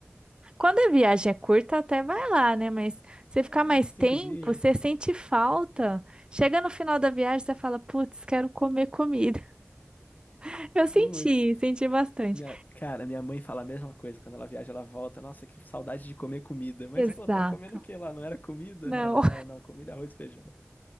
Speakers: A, on the right; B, on the left.
A: quando a viagem é curta, até vai lá, né? Mas você ficar
B: É,
A: mais
B: uns cinco
A: tempo,
B: dias.
A: você sente falta. Chega no final da viagem, você fala, putz, quero comer comida. <laughs> Eu senti,
B: Putz.
A: senti bastante.
B: Minha, cara, minha mãe fala a mesma coisa. Quando ela viaja, ela volta. Nossa, que saudade de comer comida. Mas,
A: Exato.
B: pô, tava comendo o quê lá? Não era comida?
A: Não,
B: Ela, não, não, comida é arroz e feijão.